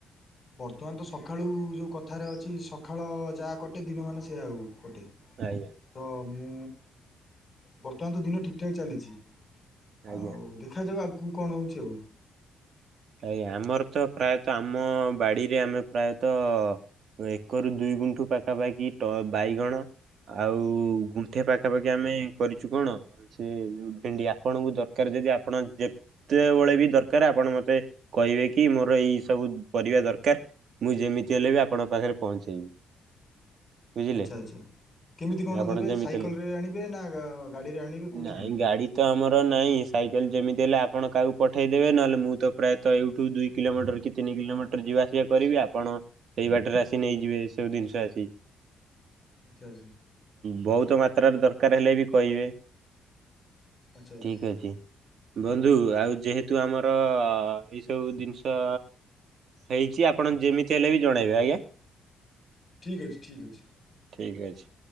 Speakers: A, on the left; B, on the right.
A: ବର୍ତ୍ତମାନ ତ ସକାଳୁ ଯୋଉ କଥାରେ ଅଛି ସକାଳ ଯାହା କଟେ ଦିନମାନ ସେଆ ଆଉ କଟେ।
B: ଆଜ୍ଞା
A: ତ ମୁଁ ବର୍ତ୍ତମାନ ତ ଦିନ ଠିକ ଠାକ ଚାଲିଛି ଆଉ
B: ଆଜ୍ଞା।
A: ଦେଖ। ଦେଖାଯିବ ଆଗକୁ କଣ ହେଉଛି ଆଉ।
B: ଆଜ୍ଞା ଆମର ତ ପ୍ରାୟତଃ ଆମ ବାଡିରେ ଆମେ ପ୍ରାୟତଃ ଏକରୁ ଦୁଇ ଗୁଣ୍ଠୁ ପାଖାପାଖି ବାଇଗଣ। ଆଉ ଗୁଣ୍ଠେ ପାଖାପାଖି ଆମେ କରିଛୁ କଣ। ସେ ଯୋଉ ଭେଣ୍ଡି ଆପଣଙ୍କୁ ଦରକାର ଯଦି ଆପଣ ଯେତେବେଳେ ବି ଦରକାର ଆପଣ ମତେ କହିବେ କି ମୋର ଏଇ ସବୁ ପରିବା ଦରକାର ମୁଁ ଯେମିତି ହେଲେ ବି ଆପଣଙ୍କ ପାଖରେ ପହଞ୍ଚେଇବି।
A: ଗ
B: ବୁଝିଲେ
A: ଆଚ୍ଛା ଆଚ୍ଛା କେମିତି କଣ
B: ଆପଣ
A: ଦେବେ
B: ଯେମିତି
A: ସାଇକେଲରେ
B: ହେଲେ
A: ଆଣିବେ ନା ଗାଡ଼ିରେ ଆଣିବେ କେଉଁଥିରେ
B: ନାଇଁ
A: ଆଣିବେ।
B: ଗାଡି ତ ଆମର ନାହିଁ ସାଇକେଲ ଯେମିତି ହେଲେ ଆପଣ କାହାକୁ ପଠେଇ ଦେେବେ ନହେଲେ ମୁଁ ତ ପ୍ରାୟତଃ ଏଇଠୁ ଦୁଇ କିଲୋମିଟର କି ତିନି କିଲୋମିଟର ଯିବା ଆସିବା କରିବି ଆପଣ ସେଇ ବାଟରେ ଆସି ନେଇଯିବେ ଏ ସବୁ ଜିନିଷ ଆସିି।
A: ଆଚ୍ଛା ଆଚ୍ଛା।
B: ବହୁତ ମାତ୍ର ର ଦରକାର ହେଲେ ବି କହିବେ
A: ଆଚ୍ଛା ଆଚ୍ଛା।
B: ଠିକ ଅଛି। ବନ୍ଧୁ ଆଉ ଯେହେତୁ ଆମର ଏଇ ସବୁ ଜିନିଷ ହେଇଛି ଆପଣ ଯେମିତି ହେଲେ ବି ଜଣେଇବେ ଆଜ୍ଞା।
A: ଠିକ୍ ଅଛି ଠିକ୍ ଅଛି।
B: ଠିକ୍ ଅଛି।